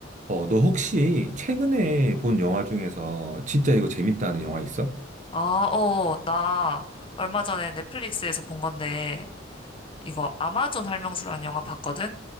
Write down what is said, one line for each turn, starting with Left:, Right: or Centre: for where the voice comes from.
Right: 어, 너 혹시 최근에 본 영화 중에서 진짜 이거 재밌다는 영화 있어?
Left: 아, 어, 나 얼마 전에 넷플릭스에서 본 건데, 이거 아마존 할명수라는 영화 봤거든?